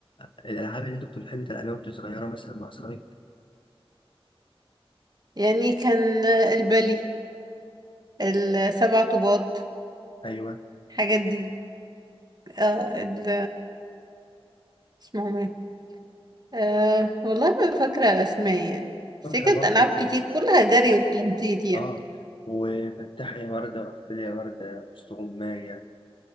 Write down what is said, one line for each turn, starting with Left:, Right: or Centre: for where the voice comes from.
Left: الألعاب اللي انتوا كنتوا بتحبوا تلعبيها وانتوا صغيرة مثلا مع أصحابك؟
Right: يعني كان البلي السبع طوبات
Left: أيوه
Right: الحاجات دي اه ال... اسمهم إيه؟ أه والله ما فاكرة الأسماء يعني
Left: فاكرة
Right: بس هي كانت
Left: برضه
Right: ألعاب كتير كلها جري وتنطيط يعني
Left: اه وفتحي يا وردة وقفلي يا وردة وسط غماية